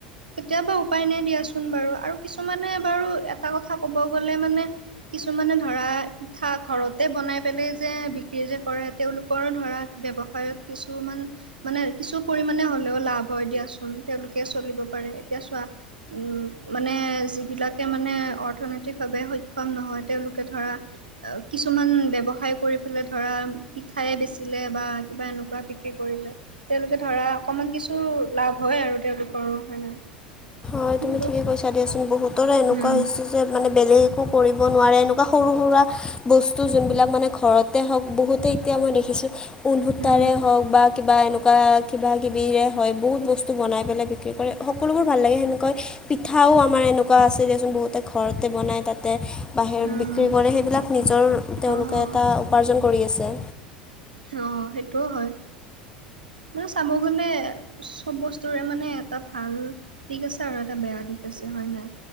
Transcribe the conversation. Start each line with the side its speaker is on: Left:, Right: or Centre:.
Right: কেতিয়াবা উপায় নাই দিয়াচোন বাৰু আৰু কিছুমানে বাৰু এটা কথা কব গলে মানে কিছুমানে ধৰা পিঠা ঘৰতে বনাই পেলাই যে বিক্ৰী যে কৰে তেওঁলোকৰো ধৰা ব্যৱসায়ত কিছুমান মানে কিছু পৰিমাণে হ'লেও লাভ হয় দিয়াচোন তেওঁলোকে চলিব পাৰে এতিয়া চোৱা উম, মানে যিবিলাকে মানে অৰ্থনৈতিকভাৱে সক্ষম নহয় তেওঁলোকে ধৰা কিছুমান ব্যৱসায় কৰি পেলে ধৰা, পিঠায় বেচিলে বা কিবা এনেকুৱা বিক্ৰী কৰিলে। তেওঁলোকে ধৰা অকমান কিছু লাভ হয় আৰু তেওঁলোকৰো হয় নাই।
Left: হয়
Right: কিন্তু
Left: তুমি‌ ঠিকেই কৈছা দিয়াচোন, বহুতৰে এনেকুৱা
Right: উম,
Left: হৈছে যে মানে বেলেগ একো কৰিব নোৱাৰে এনেকুৱা সৰু-সুৰা বস্তু যোনবিলাক মানে ঘৰত তে হওক, বহুতে এতিয়া মই দেখিছোঁ উনসূতাৰে
Right: উম,
Left: হওক বা কিবা এনেকুৱা কিবা-কিবিৰে হয় বহুত বস্তু বনাই পেলাই বিক্ৰী কৰে, সকলোবোৰ ভাল লাগে সেনেকৈ পিঠাও আমাৰ এনেকুৱা আছে দিয়াচোন বহুতে ঘৰতে বনাই তাতে বাহিৰত
Right: উম,
Left: বিক্ৰী কৰে, সেইবিলাক নিজৰ তেওঁলোকে
Right: অ',
Left: এটা উপাৰ্জন কৰি আছে।
Right: অ', সেইটোও হয়। মানে চাব গ'লে চব বস্তু ৰে মানে এটা ভাল দিশ আছে আৰু এটা বেয়া দিশ আছে, হয় নাই?